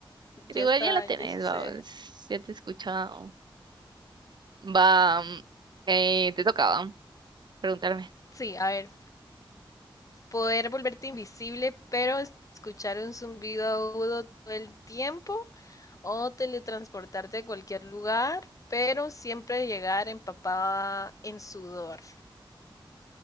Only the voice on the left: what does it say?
Ya
está,
ya sucede.
Sí, a ver. poder volverte invisible, pero escuchar un zumbido agudo todo el tiempo o teletransportarte a cualquier lugar, pero siempre llegar empapada en sudor.